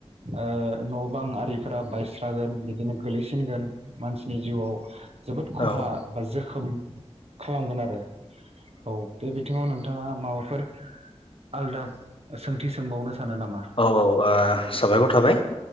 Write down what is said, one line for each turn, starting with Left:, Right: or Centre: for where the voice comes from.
Right: ओ न' बां आरि फोरा बायस्रागोन बिदिनो गोलैसिनगोन मानसिनि जिउआव जोबोद खहा
Left: औ
Right: बा जो खोम खालामगोन आरो औ बे बिथिङाव नों बिथाङा माबाफोर आलदा सोंथि सोंबावनो? सानो नामा
Left: औ औ ओ साबायखर थाबाय।